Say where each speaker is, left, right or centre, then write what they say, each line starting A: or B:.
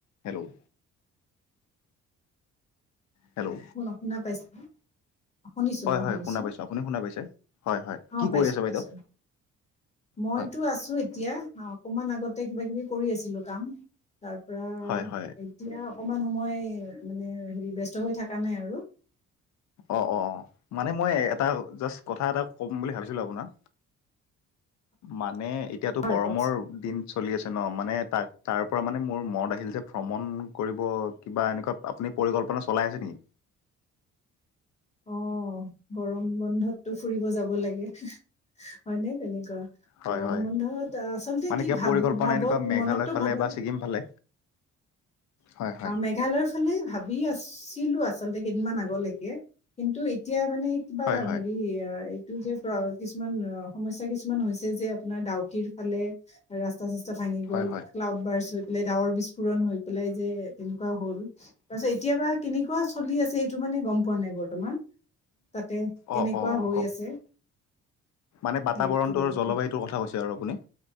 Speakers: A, on the left; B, on the left.
A: Hello. Hello.
B: <unintelligible> শুনা পাইছে শুনিছোঁ,
A: হয়
B: মই
A: হয়
B: শুনিছোঁ,
A: শুনা পাইছোঁ আপুনি শুনা পাইছে হয় হয়
B: অ'
A: কি
B: পাইছোঁ
A: কৰি আছে
B: পাইছোঁ।
A: বাইদেউ
B: মইতো
A: হয়
B: আছোঁ এতিয়া, অকমান আগতে কিবা কিবি কৰি আছিলোঁ কাম। তাৰ পৰা
A: হয় হয়
B: এতিয়া অকমান সময় মানে হেৰি ব্যস্ত হৈ থকা নাই আৰু।
A: অ', অ', মানে মই এটা জাষ্ট কথা এটা ক'ম বুলি ভাবিছিলোঁ আপোনাক। মানে এতিয়াতো
B: হয়
A: গৰমৰ
B: কওকচোন
A: দিন চলি আছে ন' মানে তাৰ, তাৰ পৰা মানে মোৰ মন আহিল যে ভ্ৰমণ কৰিব কিবা এনেকুৱা আপুনি পৰিকল্পনা চলাই আছে নেকি?
B: অ গৰম বন্ধততো ফুৰিব যাব লাগে, হয় নে তেনেকুৱা।
A: হয়
B: গৰম
A: হয়
B: বন্ধত আচলতে
A: মানে
B: কি
A: কিবা
B: ভাব,
A: পৰিকল্পনা
B: ভাবত
A: এনেকুৱা মেঘালয়
B: মনততো ভাবাই ন'।
A: <unintelligible> ফালে। হয় হয়
B: অঁ' মে মেঘালয়ৰ ফালে ভাবি আছিলোঁ আচলতে কেইদিনমান আগলৈকে কিন্তু এতিয়া মানে- কিবা
A: হয় হয়
B: হেৰি আহ' এ- এইটো যে কিছুমান অঁ' সমস্যা কিছুমান হৈছে যে আপোনাৰ ডাউকিৰ ফালে ৰা ৰাস্তা-চাস্তা ভাঙি গ'ল,
A: হয় হয়
B: ক্লাউড বাৰ্চ হৈ পেলাই ডাৱৰ বিস্ফোৰণ হৈ পেলাই যে এনেকুৱা হ'ল। তাৰ পাছত এতিয়াবা কেনেকুৱা চলি আছে সেইটো মানে গম পোৱা নাই বৰ্তমান। তাতে কেনেকুৱা
A: অঁ অঁ
B: হৈ
A: গম
B: আছে?
A: মানে বাতাবৰণতো
B: সেইটো
A: আৰু জলবায়ুতোৰ কথা কৈছে আৰু আপুনি।